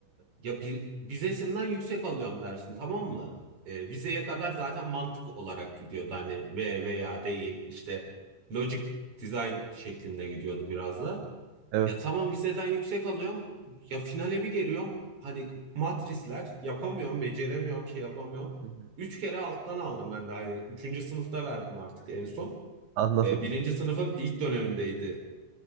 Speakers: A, on the right; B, on the right.
A: ya bir, vizesinden yüksek alıyorum dersin tamam mı? Ee, vizeye kadar zaten mantık olarak gidiyordu hani ve veya değil işte logic design şeklinde gidiyordu biraz da.
B: Evet.
A: Ya tamam vizeden yüksek alıyorum ya finale bir geliyorum hani matrisler yapamıyorum beceremiyorum şey yapamıyorum.
B: Hı hı.
A: Üç kere alttan aldım ben de hani üçüncü sınıfta verdim artık en son.
B: Anladım.
A: Ee, birinci sınıfın ilk dönemindeydi